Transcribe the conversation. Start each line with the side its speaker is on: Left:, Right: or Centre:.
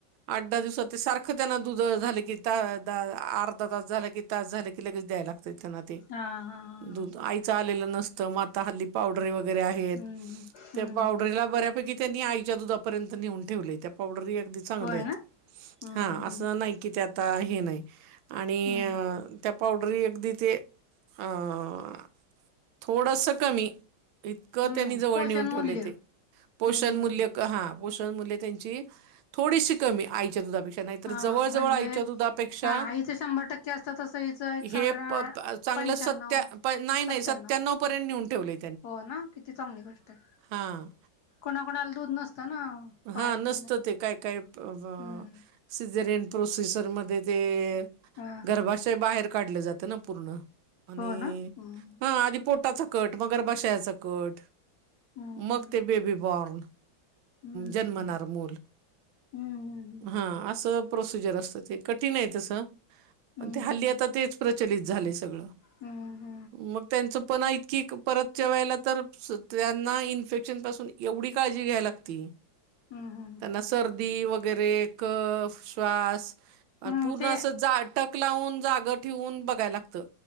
Right: आठ दहा दिवसात ते सारखं त्यांना दुध झालं की, तां तां अर्धा तास झालं की तास झालं की लगेच द्यायला लागतय त्यांना.
Left: हा हा हा
Right: दूध आईच आलेलं नसतं म आत्ता हल्ली पावडरी वगैरे आहेत.
Left: हम्म हम्म हम्म
Right: त्या पावडरीला
Left: हम्म
Right: बऱ्यापैकी त्यांनी आईच्या दुधापर्यंत नेऊन ठेवलंय, त्या पावडरी अगदी चांगलेत,
Left: होय ना हम्म
Right: हा
Left: हम्म
Right: असं
Left: हम्म
Right: नाही कि ते आता हे नाहीत, आणि
Left: हम्म
Right: अ पावडरी अगदी ते, <unintelligible> अं थोडंसं कमी इत क
Left: हम्म
Right: त्यांनी जवळ
Left: पोषण
Right: नेऊन ठेवलंय
Left: मूल्य
Right: ते, पोषण
Left: हम्म
Right: मूल्यक. हा पोषण मुल्ये त्यांची, थोडीशी कमी आईच्या दुधापेक्षा. नाहीतर
Left: हा
Right: जवळ
Left: म्हणजे
Right: जवळ आईच्या दुधापेक्षा,
Left: हा आईचं शंभर टक्के असतं तसं हिचं एक
Right: <inaudible> हे
Left: साधारण
Right: पथ आजच्या चांगलं
Left: पंच्याण्णव
Right: सत्या, पण नाही
Left: सत्त्याण्णव
Right: नाही सत्यानऊ
Left: आठ
Right: पर्यंत नेऊन ठेवलंय.
Left: हो ना, <inaudible> किती चांगली गोष्ट हाय,
Right: हां
Left: कुणाकुणाला दूध नसतं ना. बाळंतीण
Right: हा नसतं
Left: झाल्यानंतर
Right: ते काय काय प बं
Left: हम्म
Right: सिजरेन प्रोसेसर मध्ये ते.
Left: हा हा
Right: गर्भाशय
Left: हा
Right: बाहेर काढलं जातं. तणं पूर्ण, आणि
Left: हो ना हम्म
Right: हां आधी पु. ताचा कट मगर बशायाचा कट, <inaudible>
Left: हम्म
Right: मग ते बेबी बॉर्न.
Left: हम्म
Right: जन्मनार मुल,
Left: हम्म
Right: <inaudible> हा अस प्रोसिजर असते. तसं ते कठीण आहे तसं, <inaudible>
Left: हम्म
Right: पण ते हल्ली आता तेच प्रचलित झालंय सगळं.
Left: हम्म.
Right: मग त्यांच पण ऐक की परतच्यावेळी तर त्यांना इन्फेक्शन पासून एवढी काळजी घ्याय लागती.
Left: हम्म
Right: त्यांना सर्दी वगैरे कफ, श्वास, आ
Left: हम्म
Right: पूर्ण
Left: ते
Right: अस जाटक क्लाउन, जाग ठेवून बघाय लागतं.